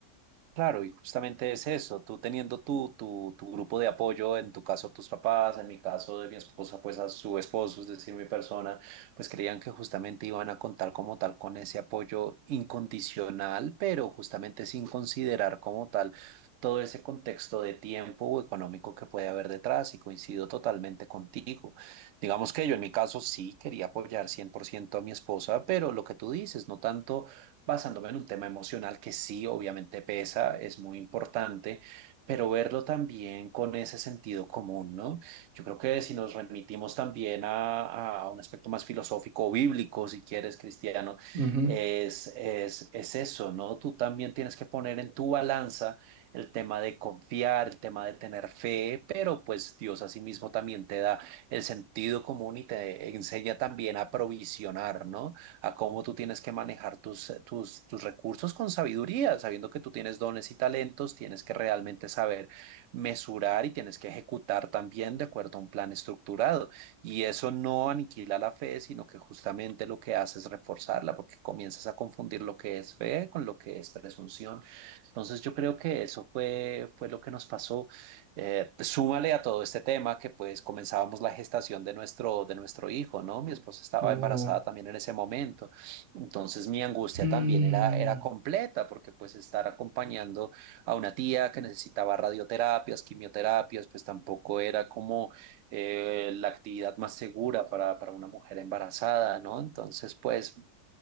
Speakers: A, on the right (about 80°); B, on the right (about 55°).
A: Claro, y justamente es eso, tú teniendo tu, tu, tu grupo de apoyo, en tu caso tus papás, en mi caso de mi esposa, pues a su esposo, es decir, mi persona, pues creían que justamente iban a contar como tal con ese apoyo incondicional, pero justamente sin considerar como tal todo ese contexto de tiempo o económico que puede haber detrás y coincido totalmente contigo. Digamos que yo en mi caso sí quería apoyar 100% a mi esposa, pero lo que tú dices, no tanto basándome en un tema emocional que sí, obviamente pesa, es muy importante, pero verlo también con ese sentido común, ¿no? Yo creo que si nos remitimos también a, a un aspecto más filosófico o bíblico, si quieres, cristiano,
B: Ujú.
A: es, es, es eso, ¿no? Tú también tienes que poner en tu balanza el tema de confiar, el tema de tener fe, pero pues Dios asimismo también te da el sentido común y te enseña también a provisionar, ¿no? a cómo tú tienes que manejar tus, eh, tus, tus recursos con sabiduría, sabiendo que tú tienes dones y talentos, tienes que realmente saber mesurar y tienes que ejecutar también de acuerdo a un plan estructurado. Y eso no aniquila la fe, sino que justamente lo que hace es reforzarla, porque comienzas a confundir lo que es fe con lo que es presunción. Entonces yo creo que eso fue, fue lo que nos pasó. Eh, pues, súmale a todo este tema que pues comenzábamos la gestación de nuestro, de nuestro hijo, ¿no? Mi esposa estaba
B: Oh.
A: embarazada también en ese momento. Entonces mi angustia
B: Mm.
A: también era, era completa porque pues estar acompañando a una tía que necesitaba radioterapias, quimioterapias, pues tampoco era como eh, la actividad más segura para, para una mujer embarazada, ¿no? Entonces pues